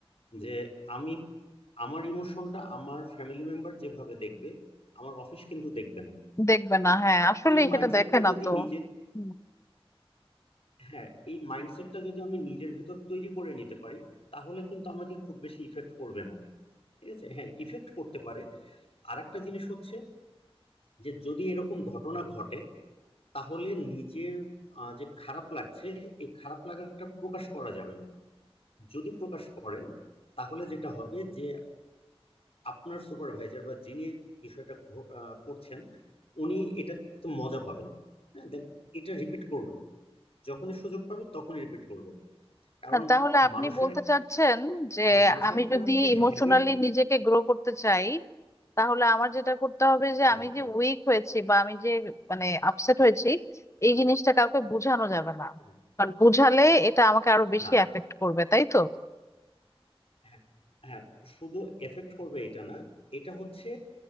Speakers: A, on the left; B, on the left.
A: যে আমি আমার ইমোশনটা আমার ফ্যামিলি মেম্বার যেভাবে দেখবে আমার অফিস কিন্তু দেখবে না
B: দেখবে
A: হ্যাঁ
B: না হ্যাঁ আসলে
A: এই মাইন্ডসেটটা
B: সেটা দেখে না
A: যদি
B: তো
A: নিজের
B: হুম,
A: হ্যাঁ এই মাইন্ডসেটটা যদি আমি নিজের ভিতর তৈরি করে নিতে পারি তাহলে কিন্তু আমাকে খুব বেশি ইফেক্ট করবে না ঠিক আছে হ্যাঁ ইফেক্ট করতে পারে আর একটা জিনিস হচ্ছে যে যদি এরকম ঘটনা ঘটে তাহলে নিজের আহ, যে খারাপ লাগছে এই খারাপ লাগাটা প্রকাশ করা যাবে না যদি প্রকাশ করেন তাহলে যেটা হবে যে আপনার সুপারভাইজার বা যিনি বিষয়টা ঘ- আহ, করছেন উনি এটা তো মজা পাবেন হ্যাঁ দেন এটা রিপিট করবেন যখনই সুযোগ পাবে তখনই রিপিট করবেন কারণ
B: না, তাহলে আপনি
A: মানুষের
B: বলতে
A: এক-
B: চাচ্ছেন যে
A: হ্যাঁ, মানুষের
B: আমি
A: একটা
B: যদি
A: হচ্ছে
B: ইমোশনালি
A: হ্যাবিট
B: নিজেকে গ্রো করতে চাই তাহলে আমার যেটা করতে হবে যে
A: হ্যাঁ
B: আমি যে উইক হয়েছি বা আমি যে মানে আপসেট হয়েছি এই জিনিসটা কাউকে বোঝানো যাবে না
A: হ্যাঁ,
B: কারণ বোঝালে এটা আমাকে আরো বেশি
A: না
B: এফেক্ট করবে তাই তো
A: হ্যাঁ হ্যাঁ শুধু এফেক্ট করবে এটা না এটা হচ্ছে